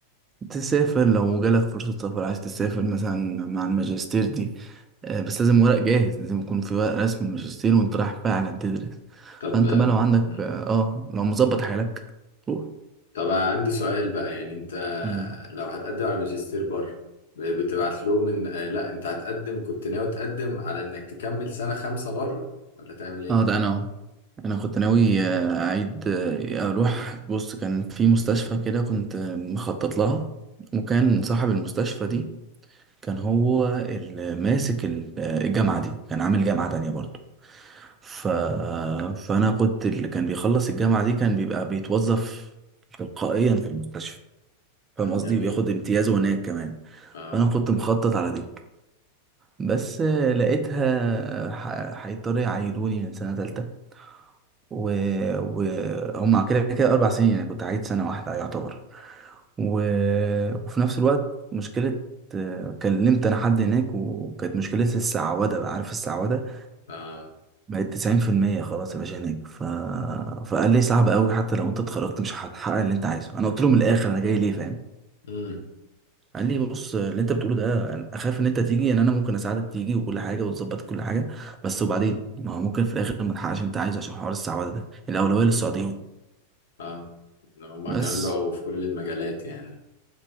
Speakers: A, on the right (about 20°); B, on the left (about 60°).
A: تسافر لو جالك فرصة سفر عايز تسافر مثلا مع الماجستير دي آه بس لازم ورق جاهز لازم يكون في ورق رسم الماجستير وأنت رايح فعلا تدرس
B: طب
A: فأنت بقى لو عندك
B: امم
A: آه لو مظبط حالك روح
B: طب عندي سؤال بقى يعني انت
A: مم.
B: لو هتقدم على ماجستير بره ب- بتبعت له من آه لا انت هتقدم كنت ناوي تقدم على انك تكمل سنه خمسه بره ولا تعمل ايه
A: اه ده انا أهو. انا كنت ناوي آه، اعيد آه، اروح بص كان في مستشفى كده كنت آه، مخطط لها وكان صاحب المستشفى دي كان هو اللي ماسك ال- آه، الجامعة دي كان عامل جامعة تانية برضو ف... فانا كنت اللي كان بيخلص الجامعة دي كان بيبقى بيتوظف تلقائيا في المستشفى فاهم
B: يا عم
A: قصدي
B: جميل
A: وبياخد امتيازه هناك كمان
B: اه
A: فانا كنت مخطط على دي بس آه، لقيتها آه، ح- هيضطروا يعيدوني من سنة تالتة و... وهم كده كده أربع سنين يعني كنت عايد سنة واحدة يعتبر و... وفي نفس الوقت مشكلة آه، كلمت أنا حد هناك وكانت مشكلة السعودة بقى عارف السعودة
B: اه
A: بقت تسعين في المية خلاص يا باشا هناك ف... فقال لي صعب أوي حتى لو أنت اتخرجت مش هتحقق اللي أنت عايزه أنا قلت له من الآخر أنا جاي ليه فاهم
B: مم.
A: قال لي بص اللي أنت بتقوله ده أنا أخاف إن أنت تيجي يعني أنا ممكن أساعدك تيجي وكل حاجة وتظبط كل حاجة بس وبعدين ما هو ممكن في الآخر ما تحققش اللي أنت عايزه عشان حوار السعودة ده الأولوية للسعوديين
B: اه هما
A: بس
B: كمان بقوا في كل المجالات يعني